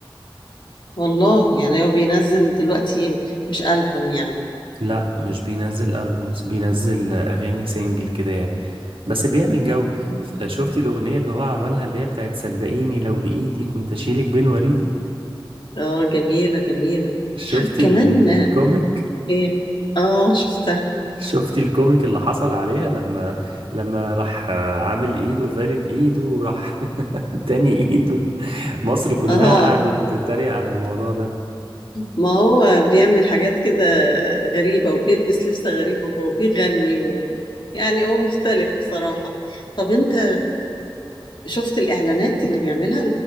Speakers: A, on the left; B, on the right.
A: والله يعني هو بينزل دلوقتي مش ألبوم يعني
B: لا مش بينزل البومز بينزل اغاني سنجل كده يعني بس بيعمل جو
A: مم.
B: ف- شفتي الاغنية اللي هو عملها اللي هي بتاعت صدقيني لو بايدي كنت اشيلك بين وريدي
A: اه جميلة جميلة
B: شفتي
A: كمان
B: الكوميك
A: آه، ايه اه شفتها
B: شفتي الكوميك اللي حصل عليها لما لما راح عامل ايده فارد ايده وراح <laughs> تاني ايده مصر كلها
A: اه
B: قعدت تتريق على الموضوع ده
A: ما هو بيعمل حاجات كده غريبة وبيلبس لبس غريب وهو بيغني و... يعني هو مختلف بصراحة طب انت شفت الإعلانات اللي بيعملها